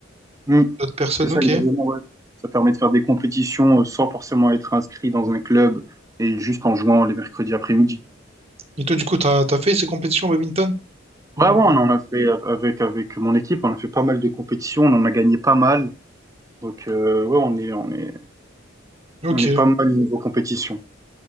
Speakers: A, on the right; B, on the right.
A: Mm.
B: d'autres personnes,
A: C'est ça,
B: ok.
A: exactement, ouais. Ça permet de faire des compétitions euh, sans forcément être inscrit dans un club et juste en jouant les mercredis après-midi.
B: Et toi du coup t'as t'as fait ces compétitions au badminton? Ou,
A: Ouais, ouais, on
B: euh,
A: en a fait avec, avec mon équipe, on a fait pas mal de compétitions, on en a gagné pas mal. Donc, euh, ouais, on est, on est,
B: Ok,
A: On est pas mal niveau compétition.